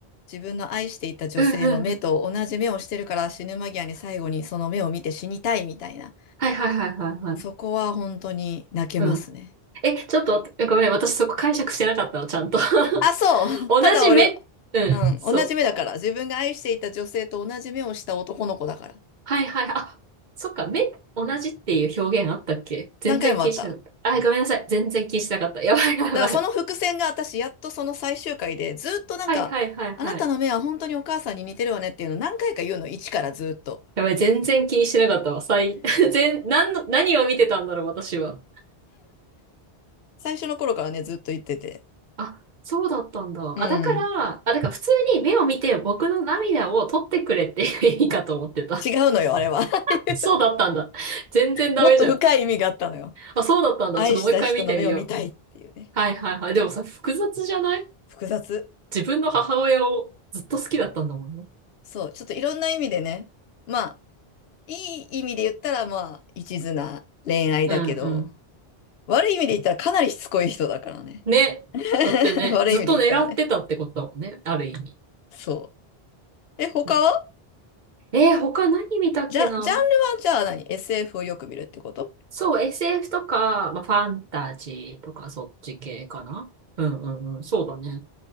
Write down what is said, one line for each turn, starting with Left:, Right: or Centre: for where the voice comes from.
Left: 自分の愛していた女性の目と同じ目をしてるから死ぬ間際に最後にその目を見て死にたいみたいな。
Right: うんうんうん。はいはいはいはいはい。
Left: そこは本当に泣けますね。
Right: うん。え、ちょっと待って、ごめん、私そこ解釈してなかったの、ちゃんと。<laughs>
Left: あ、そう。
Right: 同じ目、
Left: <laughs> ただ俺、
Right: うん、
Left: うん。
Right: そう。
Left: 同じ目だから。自分が愛していた女性と同じ目をした男の子だから。
Right: はいはいはい。あ、そっか、目、同じっていう表現あったっけ全然気にしなかった。
Left: 何回もあった。
Right: あ、ごめんなさい。全然気にしなかった。やばいやばい。
Left: だからその伏線が私やっとその最終回でずっとなんか、
Right: はいはいはいはい。
Left: あなたの目は本当にお母さんに似てるわねっていうのを何回か言うの、一からずっと。
Right: やばい、全然気にしてなかったわ。最、<laughs> 全、なんの、何を見てたんだろう、私は。
Left: 最初の頃からね、ずっと言ってて。
Right: あ、そうだったんだ。
Left: うん。
Right: あ、だから、あ、だから普通に目を見て僕の涙を取ってくれっていいかと思ってた。
Left: 違うのよ、あれは。<laughs>
Right: <laughs> そうだったんだ。全然ダメじゃん。
Left: もっと深い意味があったのよ。
Right: あ、そうだったんだ。
Left: 愛した人の目を見たいっていうね。
Right: ちょっともう一回見てみよう。はいはいはい。でもさ、複雑じゃない
Left: 複雑。
Right: 自分の母親をずっと好きだったんだもんね。
Left: そう、ちょっといろんな意味でね。まあ、いい意味で言ったらまあ、一途な恋愛だけど、
Right: うんうん。
Left: 悪い意味で言ったらかなりしつこい人だからね。
Right: ね。
Left: <laughs>
Right: だってね、
Left: 悪い意味で言ったらね。
Right: ずっと狙ってたってことだもんね。ある意味。
Left: そう。え、他は
Right: うんえー他何見たっけな
Left: じゃ、ジャンルはじゃあ何 ?SF をよく見るってこと
Right: そう、SF とか、まあ、ファンタジーとかそっち系かなうんうんうん。そうだね。